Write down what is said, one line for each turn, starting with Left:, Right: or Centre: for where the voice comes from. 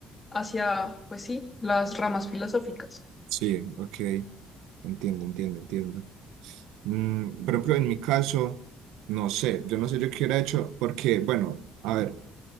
Left: hacia, pues sí, las ramas filosóficas.
Right: Sí, ok. Entiendo, entiendo, entiendo. Mm, por ejemplo, en mi caso, no sé, yo no sé yo qué hubiera hecho, porque, bueno, a ver,